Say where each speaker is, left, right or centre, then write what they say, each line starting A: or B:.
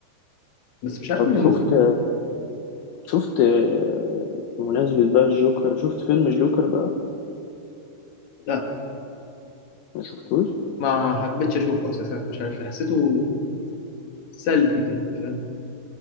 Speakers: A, on the left (about 45°); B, on the left (about 70°).
A: بس مش عارف
B: طب
A: مين
B: شفت
A: المخرج
B: شفت آه، بمناسبة بقى الجوكر شفت فيلم الجوكر بقى
A: لا
B: ما شفتوش
A: ما حبيتش اشوفه اساسا مش عارف ليه حسيته سلبي كده فاهم